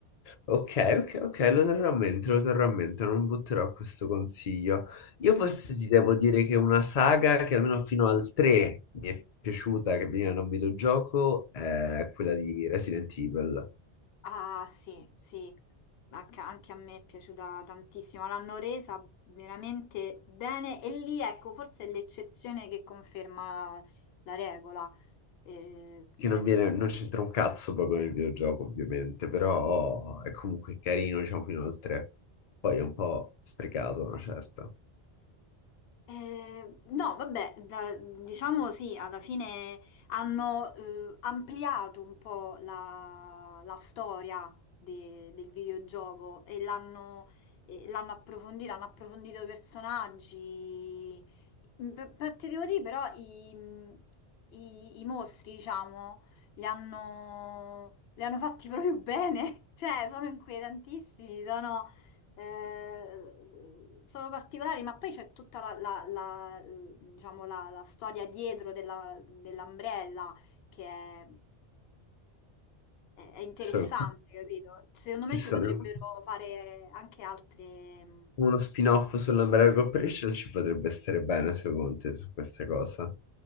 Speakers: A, on the left (about 45°); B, on the left (about 70°).
A: Ok, ok, ok, lo terrò a mente, lo terrò a mente, non butterò questo consiglio. Io forse ti devo dire che una saga che almeno fino al 3 mi è piaciuta, che veniva da un videogioco, è quella di Resident Evil.
B: Ah, sì, sì, anche, anche a me è piaciuta tantissimo. L'hanno resa veramente bene e lì, ecco, forse è l'eccezione che conferma la regola. Eh,
A: che non viene, non c'entra un cazzo poi con il videogioco, ovviamente, però è comunque carino, diciamo, fino al 3. Poi è un po' sprecato, una certa.
B: Eh, no, vabbè, da- diciamo sì, alla fine hanno eh, ampliato un po' la, la storia de- del videogioco e l'hanno e l'hanno approfondita, hanno approfondito i personaggi. Beh, beh, Ti devo dire però i, i- i mostri, diciamo, li hanno, li hanno fatti proprio bene, <laughs> cioè sono inquietantissimi, eh, sono particolari, ma poi c'è tutta la, la- la- diciamo, la- la storia dietro della- dell'Umbrella che è, è- è interessante,
A: So,
B: capito? Secondo
A: che
B: me ci
A: sono
B: potrebbero fare anche altre.
A: uno spin-off sull'Umbrella Corporation ci potrebbe stare bene, secondo te, su questa cosa.